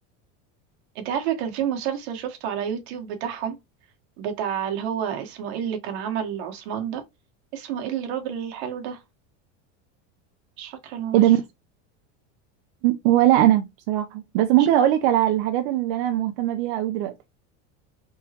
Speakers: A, on the right (about 65°); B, on the right (about 50°).
A: انت عارفة كان في مسلسل شفته على يوتيوب بتاعهم بتاع اللي هو اسمه ايه اللي كان عمل عثمان ده اسمه ايه الراجل الحلو ده مش فاكرة الممثل
B: ايه ده <laughs> بس ولا أنا بصراحة بس ممكن
A: مش-
B: أقولك على الحاجات اللي أنا مهتمة بيها أوي دلوقتي